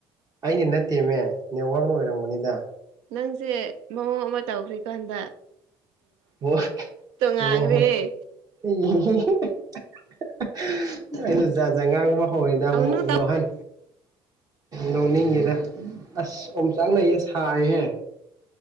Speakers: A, on the right; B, on the right.
A: ꯑꯩꯅ ꯅꯠꯇꯦꯃꯦ ꯅꯦꯠꯋꯥꯛꯅ ꯑꯣꯏꯔꯝꯒꯕꯅꯤꯗ
B: ꯅꯪꯁꯦ ꯃꯑꯣꯡ ꯑꯃ ꯇꯧꯈ꯭ꯔꯤꯀꯥꯟꯗ
A: ꯑꯣ
B: ꯇꯣꯉꯥꯟꯈ꯭ꯔꯦ
A: ꯃꯣꯍ <unintelligible> ꯑꯩꯅ ꯖꯥꯠꯖꯥꯠ ꯉꯥꯡꯕ ꯍꯧꯔꯦꯗ
B: ꯇꯧꯅꯨ
A: ꯑꯃꯨꯛ
B: ꯇꯧ
A: ꯅꯧꯍꯟ ꯅꯣꯛꯅꯤꯡꯉꯤꯗ ꯑꯁ ꯑꯣꯝ ꯆꯥꯛꯅꯩꯌꯦ ꯁꯥꯏꯍꯦ